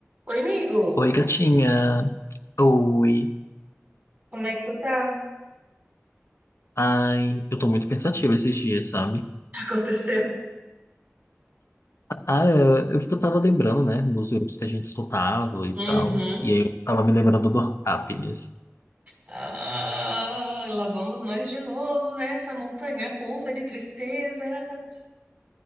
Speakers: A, on the right; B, on the left.
A: Oi, amigo.
B: Oi, gatinha. Oi.
A: Como é que tu tá?
B: Ai, eu tô muito pensativa esses dias, sabe?
A: <laughs> Aconteceu?
B: Ah, eu, eu que eu tava lembrando, né, dos grupos que a gente escutava e
A: Uhum.
B: tal. E aí eu tava me lembrando do Happiness.
A: Ah, lá vamos nós de novo nessa montanha russa de tristezas.